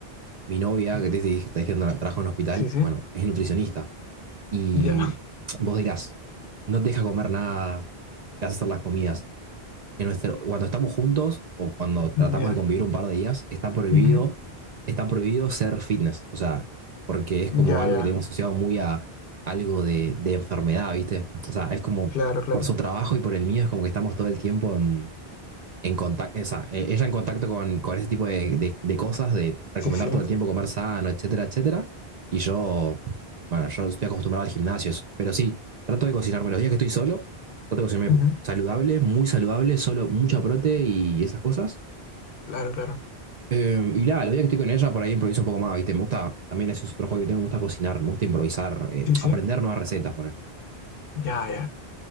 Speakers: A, on the right; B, on the left.
A: Mi novia, que te dije, te dije que tra- trabaja en un hospital,
B: Sí, sí,
A: bueno, es nutricionista. Y
B: ya,
A: vos dirás, no te deja comer nada, te hace hacer las comidas. en nuestro, cuando estamos juntos o cuando tratamos
B: <laughs> ya,
A: de convivir un par de días, está prohibido,
B: ujú,
A: está prohibido ser fitness. O sea, porque es
B: Ya,
A: como algo
B: ya,
A: que tenemos asociado muy a algo de, de enfermedad, ¿viste? O sea, es como
B: claro, claro,
A: por su trabajo y por el mío, es como que estamos todo el tiempo en, en contacto, esa, eh, ella en contacto con, con ese tipo de, de- de cosas, de recomendar
B: sí, sí,
A: todo el tiempo comer sano, etcétera, etcétera. Y yo, bueno, yo estoy acostumbrado al gimnasio, eso. Pero sí, trato de cocinarme los días que estoy solo, trato de cocinarme
B: ujú,
A: saludable, muy saludable, solo mucha prote y esas cosas.
B: Claro, claro,
A: Eh, y nada, los días que estoy con ella, por ahí improviso un poco más, ¿viste? Me gusta, también ese es otro juego que tengo, me gusta cocinar, me gusta improvisar, eh,
B: sí, sí,
A: aprender nuevas recetas, poner.
B: ya, ya.